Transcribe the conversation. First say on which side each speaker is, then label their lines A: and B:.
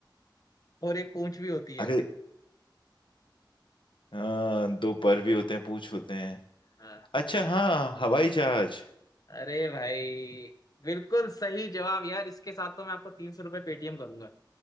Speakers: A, on the left; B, on the left.
A: और एक पूंछ भी होती है
B: अरे आ, दो पर भी होते हैं पूछ होते हैं
A: हाँ
B: अच्छा हाँ हवाई जहाज
A: अरे भाई बिल्कुल सही जवाब यार इसके साथ तो मैं आपको तीन सौ रुपये पेटीएम करूंगा